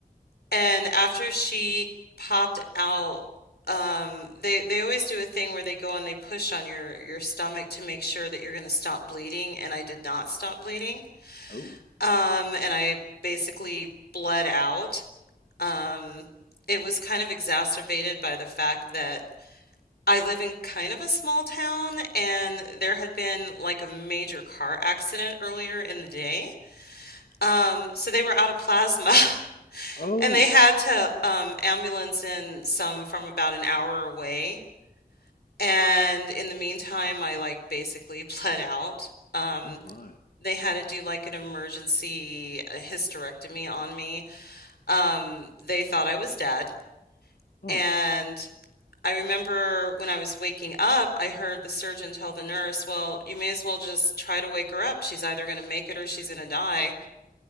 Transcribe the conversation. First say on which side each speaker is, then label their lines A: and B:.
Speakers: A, on the left; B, on the left.
A: And after she popped out, um, they they always do a thing where they go and they push on your your stomach to make sure that you're going to stop bleeding. And I did not stop bleeding.
B: Oh.
A: Um, and I basically bled out. Um, it was kind of exacerbated by the fact that I live in kind of a small town, and there had been like a major car accident earlier in the day. Um, so they were out of plasma. <laughs>
B: Oh.
A: And they had to um, ambulance in some from about an hour away. And in the meantime, I like basically <laughs> bled out. Um,
B: Oh my.
A: they had to do like an emergency uh, hysterectomy on me. Um, they thought I was dead.
B: Huh.
A: And I remember when I was waking up, I heard the surgeon tell the nurse, Well, you may as well just try to wake her up. She's either going to make it or she's going to die.